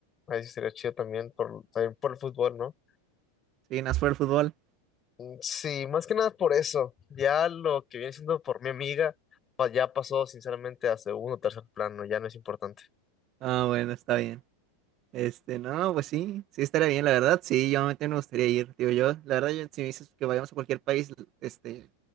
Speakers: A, on the left (about 30°); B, on the right (about 45°).
A: Ahí sí sería chido también por, también por el fútbol, ¿no?
B: Sí, más por el fútbol.
A: Mm, Sí, más que nada por eso. Ya lo que viene siendo por mi amiga, pa- ya pasó sinceramente a segundo o tercer plano, ya no es importante.
B: Ah, bueno, está bien. Este, no, pues sí, sí estaría bien, la verdad, sí, yo también me gustaría ir, digo yo, la verdad, yo- si me dices que vayamos a cualquier país, l- este,